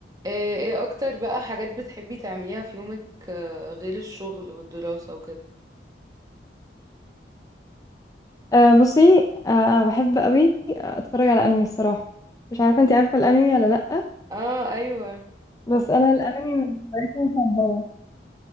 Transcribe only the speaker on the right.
آه، ايه اكتر بقى حاجات بتحبي تعمليها في يومك آه، غير الشغل والدراسة وكده
اه ايوه